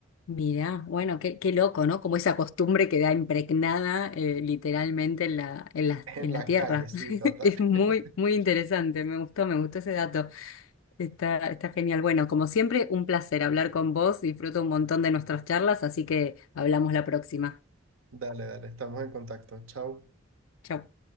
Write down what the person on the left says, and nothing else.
mira, bueno, qué, qué loco, ¿no? Como esa costumbre queda impregnada eh, literalmente en la, en la, en
la tierra.
<laughs>
Es muy,
muy interesante, me gustó, me gustó ese dato. Está, está genial. Bueno, como siempre, un placer hablar con vos, disfruto un montón de nuestras charlas, así que hablamos la próxima.
Chao.